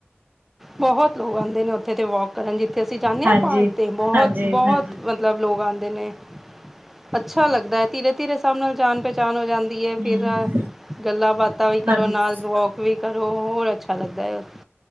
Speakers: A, in the centre; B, on the right.
A: ਬਹੁਤ ਲੋਕ ਆਉਂਦੇ ਨੇ ਉੱਥੇ ਤੇ ਵਾਕ ਕਰਨ। ਤਸੀਂ ਜਾਂਦੇ
B: ਹਾਂਜੀ,
A: ਹਾਂ ਬਾਗ 'ਤੇ ਬਹੁਤ
B: ਹਾਂਜੀ,
A: ਬਹੁਤ
B: ਹਾਂਜੀ,
A: ਮਤਲਬ ਲੋਕ ਆਉਂਦੇ ਨੇ ਅੱਛਾ ਲੱਗਦਾ ਹੈ ਧੀਰੇ ਧੀਰੇ ਸਭ ਨਾਲ ਜਾਣ ਪਹਿਚਾਣ ਹੋ ਜਾਂਦੀ
B: ਹਮ
A: ਫਿਰ ਗੱਲਾਂ ਬਾਤਾਂ ਵੀ ਕਰੋ
B: ਹਾਂਜੀ।
A: ਨਾਲ ਵੋਕ ਵੀ ਕਰੋ ਹੋਰ ਅੱਛਾ ਲੱਗਦਾ ਹੈ ਉੱਥੇ।